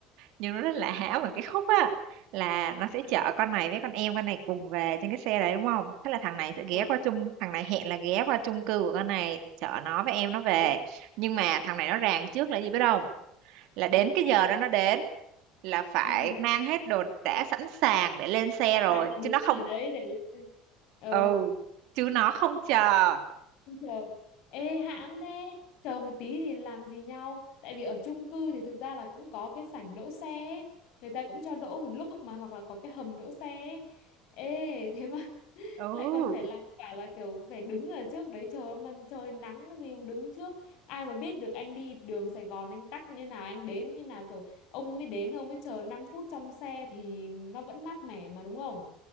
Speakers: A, on the right; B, on the left.
A: nhưng nó rất là hãm ở cái khúc á là nó sẽ chở con này với con em con này cùng về trên cái xe đấy đúng không thế là thằng này sẽ ghé
B: ờ
A: qua chung thằng này hẹn là ghé qua chung cư của con này chở nó với em nó về
B: ừ,
A: nhưng mà thằng này nó ràng trước là gì biết không là đến cái
B: là
A: giờ
B: cái
A: đó
B: gì
A: nó đến là phải
B: ừ <laughs>
A: mang hết đồ đã
B: sẵn
A: sẵn sàng để lên xe
B: sàng
A: rồi
B: là đứng
A: chứ nó không
B: ở đấy để lên xe. ừ
A: ừ chứ nó không chờ
B: chờ, ê hãm thế Chờ một tí thì làm gì nhau Tại vì ở chung cư thì thực ra là cũng có cái sảnh đỗ xe ấy. Người ta cũng cho đỗ một lúc mà Hoặc là có cái hầm đỗ xe ấy. Ê thế mà
A: ừ
B: lại còn phải làm cả là kiểu phải đứng ở trước đấy chờ em ăn trời nắng thì đứng trước ai mà biết được anh đi đường Sài Gòn anh tắc như nào anh đến như nào kiểu ông mới đến ông mới chờ 5 phút trong xe thì nó vẫn mát mẻ mà đúng không